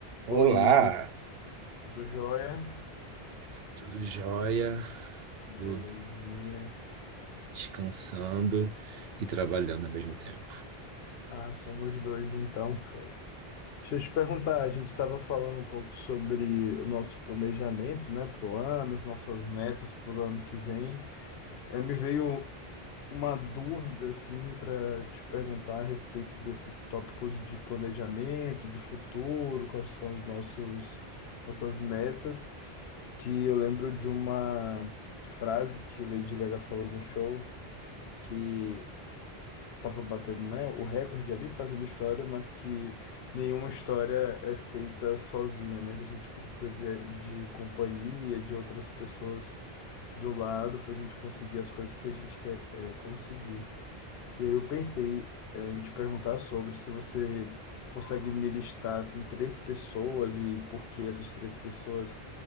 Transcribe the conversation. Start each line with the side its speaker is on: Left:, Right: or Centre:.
Right: Olá,
Left: Oi, tudo jóia?
Right: tudo jóia? Tudo
Left: Belezinha.
Right: descansando e trabalhando ao mesmo tempo.
Left: Ah, somos dois então. É. Deixa eu te perguntar, a gente estava falando um pouco sobre o nosso planejamento, né, para o ano, as nossas metas para o ano que vem. Eh, me veio uma dúvida, assim, para te perguntar a respeito desses tópicos de planejamento, de futuro, quais são os nossos, nossas metas, que eu lembro de uma frase que Lady Gaga falou no show, que estava batendo, né, o recorde ali fazendo história, mas que nenhuma história é feita sozinha, né? Que a gente precisa de, de companhia, de outras pessoas do lado para a gente conseguir as coisas que a gente quer é, conseguir. E aí eu pensei é, em te perguntar sobre se você consegue me listar assim três pessoas e por que essas três pessoas